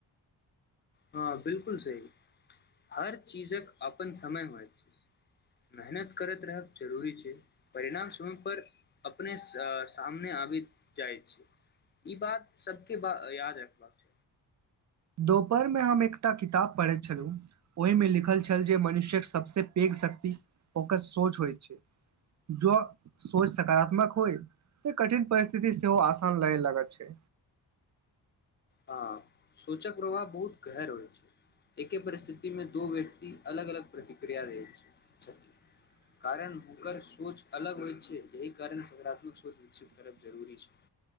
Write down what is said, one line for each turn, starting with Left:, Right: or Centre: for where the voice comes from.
Left: हँ बिल्कुल सही हर चीजक अपन समय होइत मेहनत करैत रहब जरूरी छै परिणाम समय पर अपने सामने आबि जाइ छै ई बात सब के ब याद रखबाक चाहि
Right: दोपहर मे हम एकटा किताब पढ़ैत छलहुँ ओहिमे लिखल छल जे मनुष्यक सबसँ पैघ शक्ति ओकर सोच होइत छै जो सोच सकारात्मक होइत तऽ कठिन परिस्थिति सेहो आसान लगे लागत छै
Left: हऽ सोचक प्रभाव बहुत गहर होइ छै एके परिस्थिति मे दो व्यक्ति अलग अलग प्रतिक्रिया देैत छथि कारण हुकर सोच अलग होइत छै कारण सकारात्मक सोच विकसित करब जरूरी छै